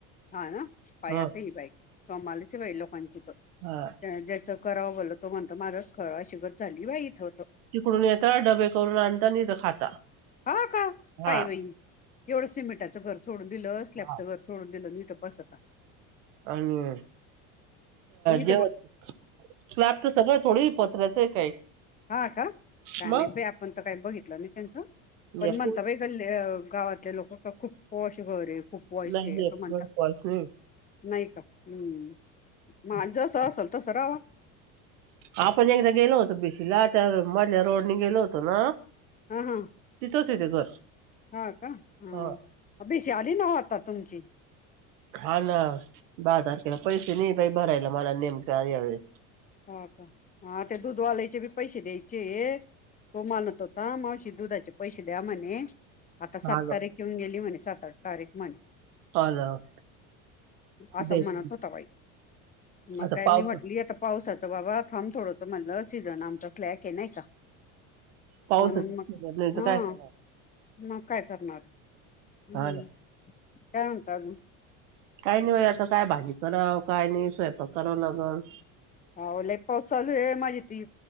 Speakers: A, on the left; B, on the right.
A: हा ना पायाता
B: हा
A: ह बाई कमालाची बाई लोकांची तर
B: हा
A: ज्याच. करावं बोल तो म्हणत माझंच खरां अशी गर झाली बा इथ.
B: तिकडून येत डबे करून आणता नि तर खाता.
A: हा का
B: हा
A: पाय बाई एवढं सिमेटचं घर सोडून दिलं स्लॅबचं
B: हा
A: घर सोडून दि तर बसता.
B: आणि
A: आणि इथं
B: जेव
A: ब-
B: स्लॅब तर सगळं थोडी. पत्र्याचं आहे काय.
A: हा का काय
B: मग
A: मा आपण तर काही बघितलं नाही त्यांचं पण
B: या
A: म्हणता
B: पोत
A: बाई गल्. गावातले लोक खूप वॉश घरे खूप वॉश
B: नाही
A: घे
B: नाही,
A: असं म्हणतात.
B: नाही
A: नाही का हम्म जस असेल तसं रावा.
B: आपण एकदा गेलो होतो बिसीला त्या मधल्या रोडनी गेलो होतो ना.
A: हा हा
B: तिथंच आहे ते घर.
A: हा का ह
B: हा.
A: बिशी आली नव्ह आता तुमची.
B: हा ना बाजारखेला पैसे नाही भरायला मला नेमका यावे
A: हो का हा ते दूध वालायचे बी पैसे द्यायचे. तो मानत होता मावशी दुधाचे पैसे द्या म्हणे आता
B: हा
A: सात
B: ना
A: तारीख येऊन गेली म्हणे. सात आठ तारीख म्हणे.
B: <unintelligible>
A: असं
B: द्यायचे
A: म्हणत
B: नाही.
A: होता बाई मग
B: आता
A: काय
B: पाऊस
A: मी म्हटली <unintelligible> पावसाचं बाबा थांब थोड म्हणलं सीझन आमचा स्लॅक आहे नाही का.
B: पाऊस
A: म्हणून मग
B: नाही तर
A: हा
B: काय करणार
A: मग काय करणार. हम्म
B: हा ना
A: काय म्हणता अजून.
B: काही नाही व आता काय भाजी करावं काय नाही स्वयंपाक कराव लागल.
A: ह्यावेळी लय पाऊस चालू आहे माझी ती